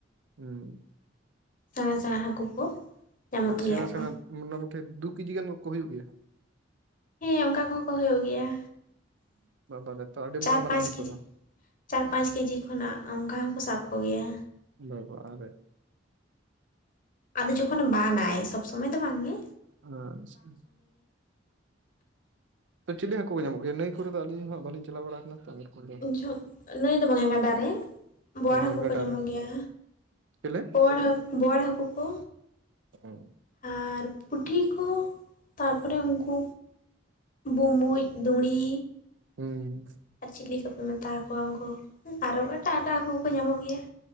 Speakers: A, on the right; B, on the left.
A: ᱦᱩᱸ
B: ᱥᱮᱬᱟ ᱥᱮᱬᱟ ᱦᱟᱹᱠᱩ ᱠᱚ᱾ ᱧᱟᱢᱚᱜ ᱜᱮᱭᱟ
A: ᱥᱮᱬᱟ
B: ᱠᱚ
A: ᱥᱮᱬᱟ ᱢᱳᱴᱟ ᱢᱩᱴᱤ ᱫᱩ ᱠᱮᱡᱤ ᱜᱟᱱ ᱠᱚ ᱦᱩᱭᱩᱜ ᱜᱮᱭᱟ?
B: ᱦᱮᱸ ᱚᱝᱠᱟ ᱠᱚᱦᱚᱸ ᱠᱚ ᱦᱳᱭᱳᱜ ᱜᱮᱭᱟ,
A: ᱵᱟᱵᱟᱨᱮ ᱛᱚ ᱟᱹᱰᱤ
B: ᱪᱟᱨ
A: ᱢᱟᱨᱟᱝ ᱢᱟᱨᱟᱝ
B: ᱯᱟᱸᱪ
A: ᱦᱟᱹᱠᱩ
B: ᱠᱮᱡᱤ᱾
A: ᱫᱚ
B: ᱪᱟᱨ ᱯᱟᱸᱪ ᱠᱮᱡᱤ ᱠᱷᱚᱱᱟᱜ ᱚᱝᱠᱟ ᱦᱚᱸᱠᱚ ᱥᱟᱵ ᱠᱚᱜᱮᱭᱟ᱾
A: ᱵᱮᱵᱚᱦᱟᱨᱮᱜ
B: ᱟᱫᱚ ᱡᱚᱠᱷᱚᱱᱮ ᱵᱟᱱᱟᱭ ᱥᱚᱵᱽ ᱥᱳᱢᱳᱭ ᱫᱚ ᱵᱟᱝ ᱜᱮ᱾
A: ᱟᱪᱷᱟ ᱛᱚ ᱪᱤᱞᱤ ᱦᱟᱹᱠᱩ ᱠᱚ ᱧᱟᱢᱚᱜ ᱜᱮᱭᱟ ᱱᱟᱹᱭ ᱠᱚᱨᱮ ᱫᱚ ᱟᱹᱞᱤᱧ ᱦᱚᱸ ᱵᱟᱹᱞᱤᱧ ᱪᱟᱞᱟᱣ ᱵᱟᱲᱟ ᱠᱟᱱᱟ ᱛᱚ? ᱮᱨᱚᱠᱚᱢ ᱫᱚ᱾
B: ᱡᱷᱚᱛ ᱱᱟᱹᱭ ᱫᱚ ᱵᱟᱝᱮ ᱜᱟᱰᱟ ᱨᱮ᱾ ᱵᱳᱣᱟᱲ
A: ᱚ ᱦᱳᱭ
B: ᱦᱟᱹᱠᱩ
A: ᱜᱟᱰᱟ
B: ᱠᱚ ᱧᱟᱢᱚᱜ
A: ᱨᱮ
B: ᱜᱮᱭᱟ
A: ᱪᱮᱞᱮ
B: ᱵᱳᱣᱟᱲ ᱦᱟᱹᱠ ᱵᱳᱣᱟᱲ ᱦᱟᱹᱠᱩ ᱠᱚ᱾
A: <inaudible>
B: ᱟᱨ ᱯᱩᱴᱷᱤ ᱠᱚ ᱛᱟᱨᱯᱚᱨᱮ ᱩᱝᱠᱩ ᱵᱩᱵᱩᱡ ᱫᱩᱲᱤ
A: ᱦᱩᱸ
B: ᱟᱨ ᱪᱤᱞᱤ ᱠᱚᱯᱮ ᱢᱮᱛᱟᱣ ᱟᱠᱚᱣᱟ ᱩᱝᱠᱩ ᱟᱨᱚ ᱮᱴᱟᱜ ᱮᱴᱟᱜ ᱦᱟᱹᱠᱩ ᱠᱚᱠᱚ ᱧᱟᱢᱚᱜ ᱜᱮᱭᱟ᱾